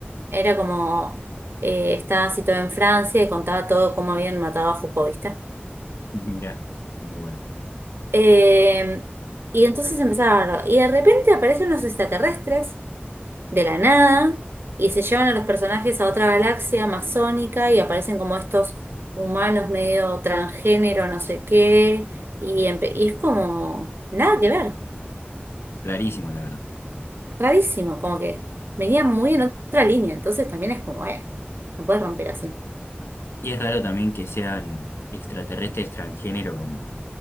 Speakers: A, on the right; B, on the left.
A: Era como, eh, estaba situado en Francia y contaba todo cómo habían matado a Foucault, ¿viste?
B: <laughs> Mirá, muy bueno,
A: Eh, y entonces empezaba a hablar. Y de repente aparecen unos extraterrestres de la nada y se llevan a los personajes a otra galaxia amazónica y aparecen como estos humanos medio transgénero, no sé qué, y, empe- y es como nada que ver,
B: rarísimo la verdad.
A: rarísimo, como que venía muy en otra línea, entonces también es como, eh, no puedes romper así.
B: Y es raro también que sean extraterrestres transgénero, como